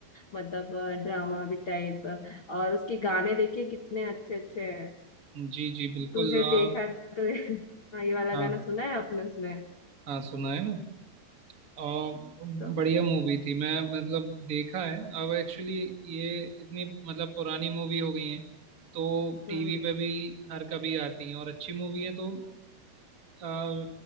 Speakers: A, on the left (about 65°); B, on the right (about 30°).
A: मतलब ड्रामा भी टाइप और उसके गाने देखिए कितने अच्छे अच्छे हैं
B: जी जी बिल्कुल
A: तुझे
B: आ,
A: देखा तो ये <laughs> हाँ, ये वाला
B: हाँ
A: गाना
B: हाँ
A: सुना है आपने उसमें
B: हाँ, सुना है ना और
A: तो
B: बढ़िया मूवी थी मैं मतलब देखा है अब एक्चुअली ये इतनी मतलब पुरानी मूवी हो गई है तो टीवी
A: हम्म
B: पे भी हर कभी आती हैं और अच्छी मूवी है तो आ,